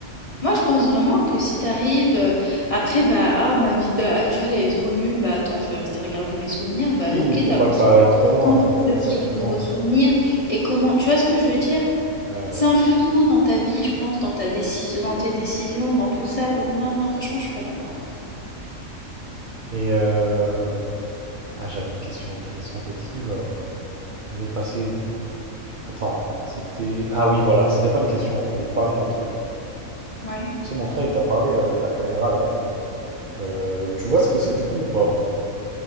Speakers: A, on the left (about 30°); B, on the right (about 45°).
A: Moi, je pense vraiment que si t'arrives euh, après, bah, ah, ma vie d'a- actuelle, elle est trop nulle, bah, attends, je vais rester regarder mes souvenirs, bah,
B: Oui,
A: ok,
B: il faut
A: t'avances
B: pas que ça
A: comment?
B: aille trop loin.
A: Comment tu
B: Il faut pas que
A: te
B: ça
A: crées
B: aille trop
A: de
B: loin.
A: nouveaux souvenirs et comment, tu vois ce que je veux dire?
B: Ouais, ouais.
A: Ça influe trop dans ta vie, je pense, dans ta décision, dans tes décisions, dans tout ça. Donc, non, non, franchement, je suis pas d'accord.
B: Et euh... ah, j'avais une question intéressante de fou là. Elle m'est passée. Attends, c'était. Ah oui, voilà, c'était pas une question. Je voulais te parler d'un truc.
A: Ouais.
B: Tu sais, mon frère, il t'a parlé euh, de la caméra là. Euh, tu vois ce que c'est du coup ou pas?